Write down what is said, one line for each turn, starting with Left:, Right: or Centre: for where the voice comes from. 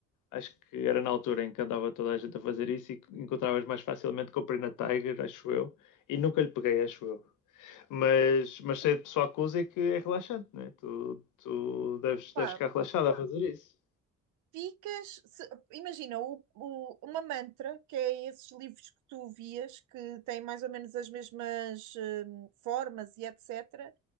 Left: acho que era na altura em que andava toda a gente a fazer isso e que encontravas mais facilmente, comprei na Tiger, acho eu, e nunca lhe peguei, acho eu. Mas, mas sei de pessoal que usa e que é relaxante, não é? Tu, tu deves,
Right: Pá,
Left: deves ficar relaxado a fazer isso.
Right: ficas. se- imagina, o- o- uma mantra, que é esses livros que tu vias, que têm mais ou menos as mesmas hum, formas e etc.,